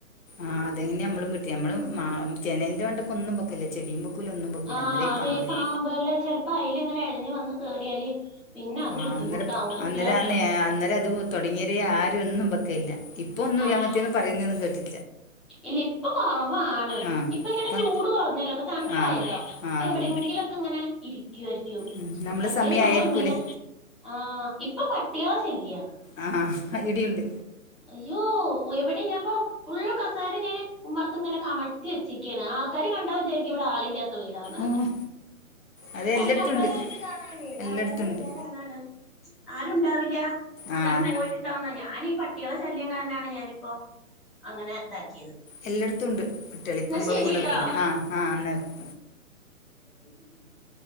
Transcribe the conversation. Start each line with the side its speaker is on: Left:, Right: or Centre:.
Left: ആഹ്, അ തെങ്ങന്നെ അമ്മളും വെട്ട്യേ, അമ്മള് മാ ജനൽന്റെ അണ്ട്ക്കൊന്നും വെക്കലില്ല. ചെടിയും വെക്കൂല ഒന്നും വെക്കൂല
Centre: ആഹ്,
Left: അന്നേരം ഈ
Centre: അതെ
Left: പാമ്പിന്റെ
Centre: പാമ്പ്കൾടെ ചെൽപ്പോ അയ്ലെങ്ങനെ എഴഞ്ഞ് വന്ന് കേറിയാല്. പിന്നെ അത്
Left: ആഹ്
Centre: ബുദ്ധിമുട്ടാവും
Left: അന്നരപ്പ
Centre: കുട്ടികളൊക്കെ
Left: അന്നര ആന്നെ
Centre: ഉള്ളതല്ലേ
Left: അന്നര അതു തൊടങ്ങിയെരേ ആരു ഒന്നും പക്കേല്ല്യ. ഇപ്പൊ ഒന്നും
Centre: ആഹ്
Left: അങ്ങൻത്തേന്നും പറയുന്നേന്നും കേട്ടി
Centre: ഇല്ല, ഇപ്പൊ കൊറവാണ്.
Left: ആഹ്
Centre: ഇപ്പങ്ങനെ
Left: ഇപ്പം
Centre: ചൂട് കൊറഞ്ഞല്ലോ പ്പൊ തണ്പ്പായല്ലോ,
Left: ആഹ്
Centre: ഇപ്പൊ
Left: ആഹ്
Centre: എവിടെങ്കിലൊക്കെ
Left: പോന്നു
Centre: ങ്ങനെ ഇരിയ്ക്കേരി
Left: ഉം നമ്മളെ
Centre: മറ്റേത്
Left: സമയായിരിക്കൂലേ
Centre: നമ്മൾ ഇങ്ങനെ ആഹ് ഇപ്പൊ പട്ട്യേള ശല്യാണ്.
Left: ആഹ് ആഹ് അയ് വിട്യുണ്ട്.
Centre: അയ്യോ ഒ എവിടിം ഞാപോ ഫുൾ കസേര ഞാന് ഉമ്മർത്ങ്ങനെ കമഴ്ത്തി വെച്ചേയ്ക്കാണ്. ആൾക്കാര് കണ്ടാ വിചാരിയ്ക്കും ഇവടെ ആളില്ല്യാ ത്ത കേവീടാന്ന്
Left: ഓഹ് അത്
Centre: കാര്ണം
Left: എല്ലായിടത്തും
Centre: കസാര
Left: ഉണ്ട്
Centre: വെച്ച് കാണുമ്പഴേ
Left: എല്ലായിടത്തും
Centre: ആൾക്കാരെ
Left: ഉണ്ട്
Centre: വിചാരം അതാണ്. ആരുണ്ടാവില്ല്യാ. അവ്‌സാനം
Left: ആഹ്
Centre: പോയിട്ടുണ്ടാവുന്ന ഞാനീ പ. ട്ട്യളെ ശല്ല്യം കാര്നാണ് ഞാനിപ്പോ അങ്ങനെ താ
Left: എല്ലടത്തുണ്ട് ട്ട്യള് ഇപ്പ മ്പ
Centre: ശരിട്ടോ
Left: <unintelligible> ആഹ് ആഹ് ന്നാ
Centre: <unintelligible>